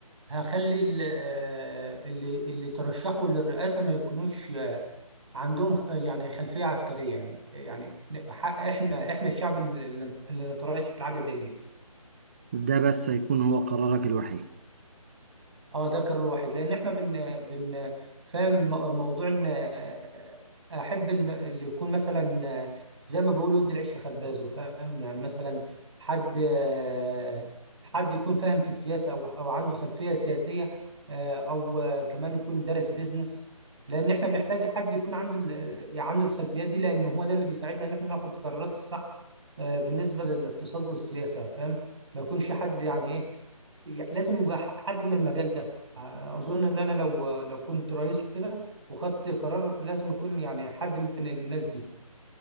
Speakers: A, on the right; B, on the right.
A: هخلي ال- آه، اللي اللي ترشحوا للرئاسة ما يكونوش آه، عندهم آه، يعني خلفية عسكرية يعني يعني حق احنا احنا الشعب اللي اللي نترشح لحاجة زي دي
B: ده بس هيكون هو قرارك الوحيد
A: اه ده قرار واحد لان احنا بن بن فاهم مو- موضوع ان آه، احب ان اللي يكون مثلا آه، زي ما بيقولوا ادي العيش لخبازه فاهم يعني مثلا حد آه، حد يكون فاهم في السياسه او او عنده خلفيه سياسيه آه، او آه، كمان يكون دارس بيزنس لان احنا بنحتاج حد يكون عنده ال- يعني عنده الخلفيات دي لان هو ده اللي بيساعدنا ان احنا ناخد القرارات الصح آه، بالنسبه للاقتصاد والسياسه فاهم ما يكونش حد يعني ايه يع- لازم يبقى ح- حد من المجال ده آه، اظن ان انا لو لو كنت رئيس وكده وخدت قرار لازم يكون يعني حد من الناس دي